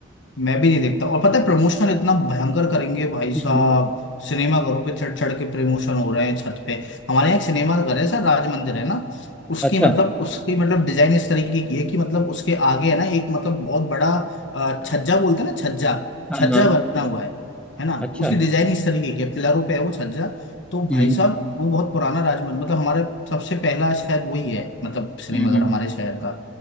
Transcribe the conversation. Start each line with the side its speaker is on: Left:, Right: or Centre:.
Left: मैं भी नहीं देखता और पता है प्रमोशन इतना भयंकर करेंगे भाई साहब
Centre: हम्म
Left: सिनेमा घरों पे चढ़ चढ़ के प्रमोशन हो रहे हैं छत पे हमारे यहाँ एक सिनेमा घर है सर राज मंदिर है ना उसकी
Centre: अच्छा
Left: मतलब उसकी मतलब डिजाइन इस तरीके की है कि मतलब उसके आगे है ना एक मतलब बहुत बड़ा अ, छज्जा बोलते हैं ना छज्जा
Centre: हाँ
Left: छज्जा
Centre: हाँ
Left: बना हुआ है है ना
Centre: अच्छा
Left: उसकी डिजाइन इस तरीके की है पिलरों पे है वो छज्जा तो भाई
Centre: हम्म
Left: साहब वो बहुत पुराना राज मंदिर मतलब हमारा सबसे पहला शायद वही है मतलब सिनेमाघर
Centre: हम्म हम्म,
Left: हमारे शहर का